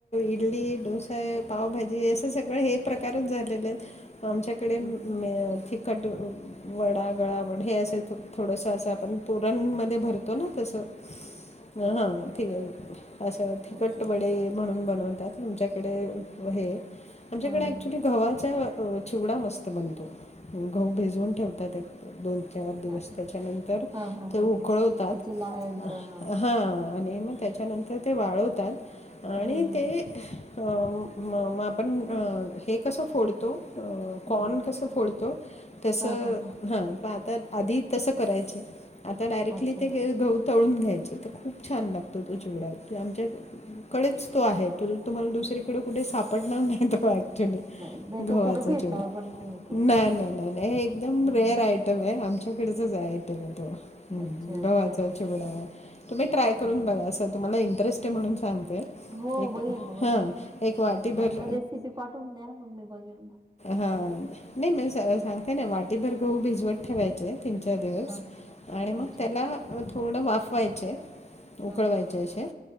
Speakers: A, on the left; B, on the right.
A: इडली- डोसा ए. पावभाजी ए. असे सगळे हे प्रकारच झालेलेत आमच्याकडे
B: हम्म
A: म- कट वडा, गळावण हे असे थोडंसं असं आपण पुरणमध्ये भर - तो ना तस? हा. हां. ठी‌गळ. असं तिकट
B: अच्छा अच्छा
A: वडे- म्हणून बनवतात आमच्याकडे हे. आमच्याकडे
B: हा
A: ऍक्च्युली
B: हा
A: गव्हाचा- चिवडा मस्त बनतो. गहू भिजवून ठेवतात एक- दोन चार दिवस.
B: हा
A: त्याच्यानंतर
B: हा हा हा
A: ते
B: हा
A: उकळवतात.
B: हा त्याचे लहानचा हा
A: हां. आणि मग त्याच्यानंतर ते वाळवतात. आणि
B: हम्म हम्म
A: ते-
B: हम्म
A: म. मग आपण हे कसं फोडतो? अं. कॉन
B: हम्म हम्म.
A: कसं फोडतो? तसं
B: हा हा हा
A: हां. प आता- आधी तसं करायच. आता डायरेक्टली
B: अच्छा अच्छा
A: ते गहू तळून घ्यायचे. खूप छान लागतो तो चिवडा. आमच्याकडेच तो आहे. त तुम्हाला दुसरी - -रीकडे कुठे सापडणार नाही. तर <unintelligible> च्युली
B: नाही नाही
A: गव्हाचा
B: तो कुठे भेटणार
A: चिवडा.
B: पण तो
A: नाही नाही नाही हे एकदम
B: हम्म
A: रेअर आहे - आमच्याकडेच आहे तरी तो. हं.
B: अच्छा अच्छा
A: गव्हाचा चिवडा. तुम्ही ट्राय
B: हम्म
A: करून बघा अस. तुम्हाला इंटरेस्ट- ते म्हणून सांगते
B: हो
A: एक
B: बघेल ना बघेन
A: हां
B: ना
A: एक वाटीभर
B: मला ता रेसिपी पाठवून द्या मंग मी बघीनं म
A: हा नाही मी सां सांगते ना वाटीभर गहू भिजवत ठेवायचे तीन चार दिवस
B: हां
A: आणि मग
B: अच्छा
A: त्याला अ थोडं वाफवायचे उकळवायचे
B: हां
A: असे